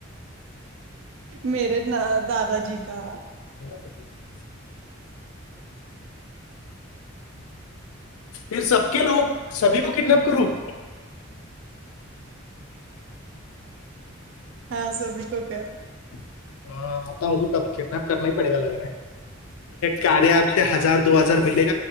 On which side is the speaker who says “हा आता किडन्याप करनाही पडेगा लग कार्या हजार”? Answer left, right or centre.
Left